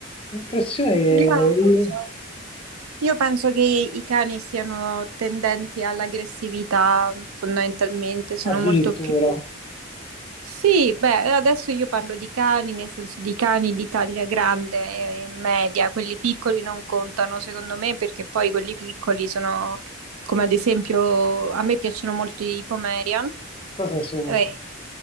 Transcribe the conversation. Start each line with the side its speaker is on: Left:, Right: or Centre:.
Left: l'impressione
Right: no,
Left: che
Right: non
Left: i-
Right: lo so. Io penso che i cani siano tendenti all'aggressività, fondamentalmente, sono
Left: addirittura,
Right: molto più Sì, beh, adesso io parlo di cani, nel senso di cani di taglia grande e media, quelli piccoli non contano secondo me perché poi quelli piccoli sono come ad esempio a me piacciono molto i Pomerian.
Left: cosa sono?
Right: Eh,